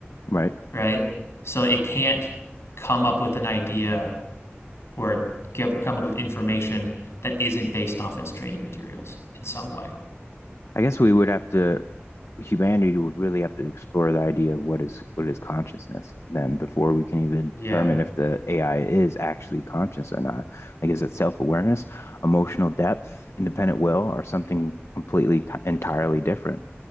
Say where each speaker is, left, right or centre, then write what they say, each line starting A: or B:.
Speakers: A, on the left; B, on the left.
A: Right.
B: right? So it can't come up with an idea or give come up with information that isn't based off its training materials in some way.
A: I guess we would have to humanity would really have to explore the idea of what is what is consciousness then before we can even
B: Yeah.
A: determine if the AI is actually conscious or not. Like, is it self-awareness, emotional depth, independent will, or something completely t entirely different?